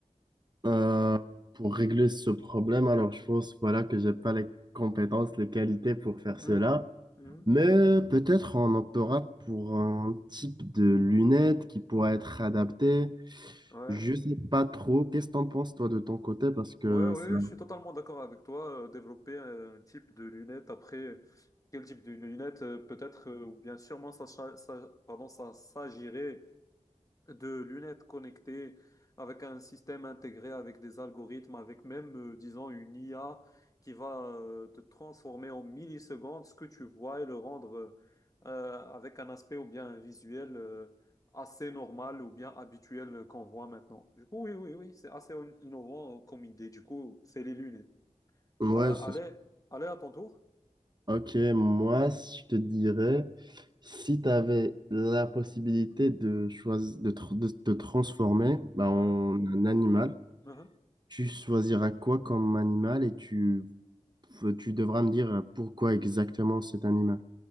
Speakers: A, on the right (about 35°); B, on the left (about 25°).
A: Euh, pour régler ce problème, alors je pense voilà que j'ai pas les compétences, les qualités pour faire
B: Mhm,
A: cela,
B: mhm,
A: mais peut-être on optera pour un type de lunettes qui pourra être adapté.
B: Ouais,
A: Je sais pas trop. Qu'est-ce que t'en penses toi de ton côté? Parce que
B: ouais, ouais,
A: ça...
B: je suis totalement d'accord avec toi. euh, développer un type de lunettes, après, quel type de lunettes, euh, peut-être, euh, ou bien sûrement, ça, ça- ça- pardon, ça s'agirait de lunettes connectées avec un système intégré, avec des algorithmes, avec même, euh, disons, une IA qui va euh, te transformer en millisecondes ce que tu vois et le rendre euh, euh, avec un aspect ou bien un visuel euh, assez normal ou bien habituel euh, qu'on voit maintenant. Du coup, oui, oui, oui, c'est assez in- innovant euh, comme idée. Du coup, c'est les lunettes.
A: ouais,
B: Euh,
A: c'est...
B: allez, allez à ton tour.
A: ok. Moi, je te dirais si tu avais la possibilité de choisir de, tr- de te transformer bah, en
B: Hein,
A: un animal.
B: hein.
A: Tu choisiras quoi comme animal et tu tu devras me dire pourquoi exactement cet animal.